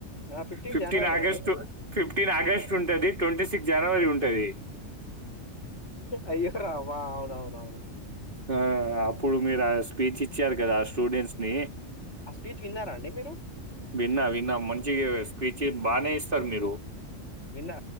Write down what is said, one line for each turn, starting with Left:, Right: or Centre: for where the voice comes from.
Left: ఆ!
Right: ఫిఫ్టీన్
Left: జనవరేనండి.
Right: ఆగస్టు ఫిఫ్టీన్ ఆగస్ట్ ఉంటది ట్వంటీ సిక్స్ జనవరి ఉంటది
Left: అయ్యో రామా అవునవునవును
Right: ఆ అప్పుడు మీరు ఆ స్పీచ్ ఇచ్చారు గదా ఆ స్టూడెంట్స్ ని
Left: ఆ స్పీచ్ విన్నారా అండి మీరు?
Right: విన్నా విన్నా మంచి స్పీచ్ బానే ఇస్తరు మీరు
Left: విన్నా